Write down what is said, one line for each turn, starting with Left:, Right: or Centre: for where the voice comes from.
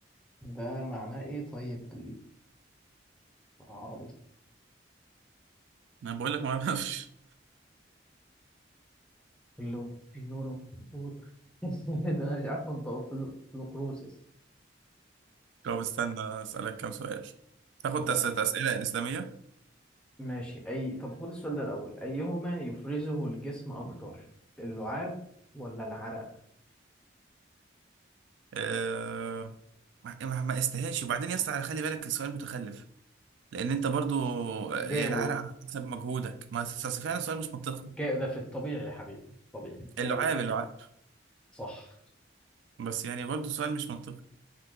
Centre: ده معناه ايه طيب بالعربي
Right: انا بقول لك ما اعرفش
Centre: فلو فلورو فلو- <laughs> ده انا مش عارف انطقه فلو فلوكروسس
Right: <laughs> طب استنى اسالك كام سؤال تاخد
Centre: طب
Right: تس- اسئله اسلاميه
Centre: ماشي اي طب خد السؤال ده الاول ايهما يفرزه الجسم اكتر اللعاب ولا العرق
Right: أه... ما ما ما استهاش وبعدين يا اسطى خلي بالك السؤال متخلف لان انت برضو العرق
Centre: جاوب
Right: على حسب مجهودك ما أصل- أصل فعلا سؤال مش منطقي
Centre: جا... ده في الطبيعي يا حبيبي في الطبيعي
Right: اللعاب
Centre: جاوب
Right: اللعاب
Centre: صح
Right: بس يعني برضو سؤال مش منطقي